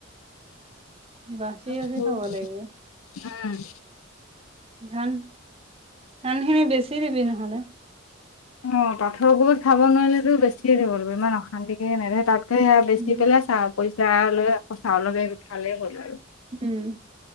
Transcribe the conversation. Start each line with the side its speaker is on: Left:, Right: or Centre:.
Right: বাচি
Left: <unintelligible>
Right: বাচি খাব লাগিব
Left: উম।
Right: ধান, ধানখিনি বেছি দিবি নহ'লে।
Left: অ পাথৰবোৰ খাব নোৱাৰিলেতো বেছিয়ে দিব লাগিব, ইমান অশান্তিকে <unintelligible> তাত। ত সয়া
Right: উম,
Left: বেচি পেলাই চা পইচা লৈ আকৌ চাউল বেগ উঠালেই হ'ল আৰু।
Right: উম।